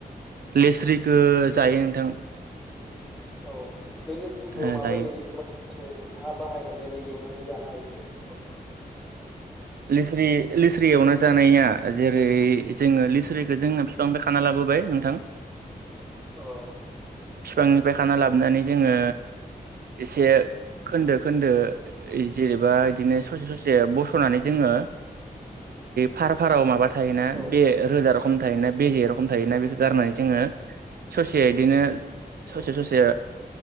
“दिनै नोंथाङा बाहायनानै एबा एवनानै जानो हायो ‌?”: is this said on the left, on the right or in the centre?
Centre